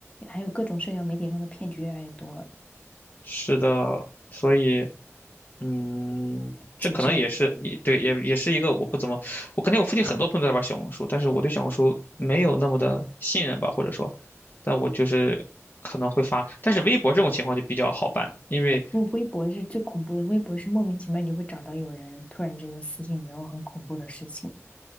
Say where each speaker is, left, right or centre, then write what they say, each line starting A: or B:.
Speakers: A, on the left; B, on the left.
A: 还有各种社交媒体上的骗局越来越多，
B: 是的，所以。嗯，这可能也是也对，
A: 谨慎。
B: 也也是一个我不怎么，我感觉我附近很多朋友都在玩小红书，但是我对小红书没有那么的信任吧，或者说，但我就是可能会发，但是微博这种情况就比较好办，因为
A: 我微博是最恐怖的。微博是莫名其妙你就会找到有人突然之间私信然后很恐怖的事情，